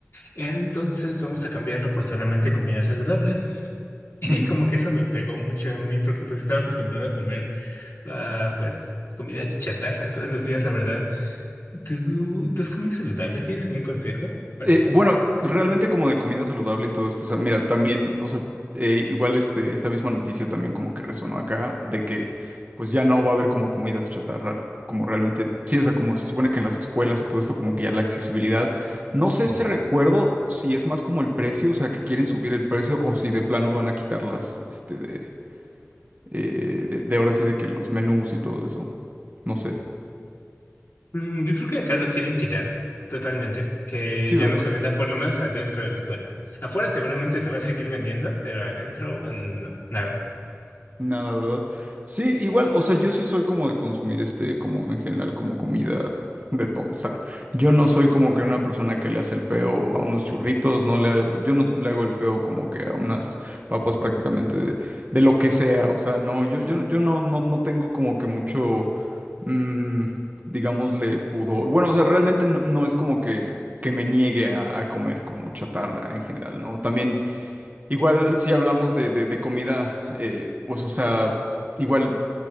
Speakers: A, on the left; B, on the right.
A: Entonces vamos a cambiarlo por solamente comida saludable. Y
B: ujú.
A: como que eso me pegó mucho a mí porque pues estaba acostumbrado a comer ah, pues comida chatarra todos los días, la verdad. ¿Tú, tú has comido saludable? ¿Tienes algún consejo para
B: Eh,
A: eso?
B: bueno, realmente como de comida saludable y todo esto, o sea, mira, también, o sea, s- eh, igual este, esta misma noticia también como que resonó acá, de que pues ya no va a haber como comidas chatarra, como realmente, sí, o sea, como se supone que en las escuelas y todo esto, como que ya la accesibilidad, no sé si recuerdo si es más como el precio, o sea, que quieren subir el precio o si de plano van a quitarlas, este, de, eh, de, de ahora sí de que los menús y todo eso, no sé.
A: Mm, yo creo que acá lo quieren quitar totalmente, que
B: Sí,
A: ya
B: ¿verdad?
A: no se venda por lo menos adentro de la escuela. Afuera seguramente se va a seguir vendiendo, pero adentro mm, no, nada.
B: Nada, ¿verdad? Sí, igual, o sea, yo sí soy como de consumir este, como en general, como comida de todo. O sea, yo no soy como que una persona que le hace el feo a unos churritos, no le, ha- yo no le hago el feo como que a unas papas prácticamente de, de lo que sea. O sea, no, yo, yo, no- yo no, no, no tengo como que mucho, mm, digámosle, pudor. Bueno, o sea, realmente no, no es como que, que me niegue a, a comer como chatarra en general, ¿no? También. Igual si hablamos de, de- de comida, eh, pues o sea, igual